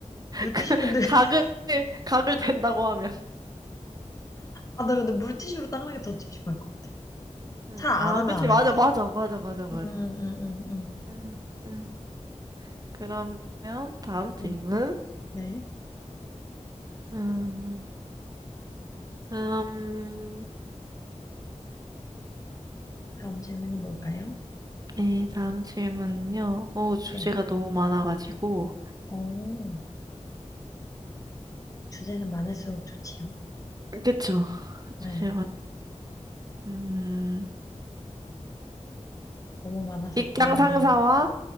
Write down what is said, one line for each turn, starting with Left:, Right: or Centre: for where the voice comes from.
Left: 물티슈
Right: 그
Left: 근데, <laughs>
Right: 가글 가글 된다고 하면.
Left: 아, 나 근데 물티슈로 닦는 게 더 찝찝할 것 같아.
Right: 응.
Left: 잘 안
Right: 아,
Left: 하면
Right: 그치.
Left: 안
Right: 맞아,
Left: 했지.
Right: 맞아, 맞아, 맞아, 맞아.
Left: 음, 음, 음, 음.
Right: 응, 응. 그러면 다음 질문.
Left: 음. 음, 네.
Right: 음, 음,
Left: 다음 질문이 뭘까요?
Right: 네, 다음 질문은요. 오, 주제가
Left: 네.
Right: 너무 많아가지고.
Left: 오, 주제는 많을수록 좋지요.
Right: 그쵸.
Left: 네.
Right: 주제만. 음,
Left: 너무 많아서
Right: 직장
Left: 고르는
Right: 상사와
Left: 게, 있...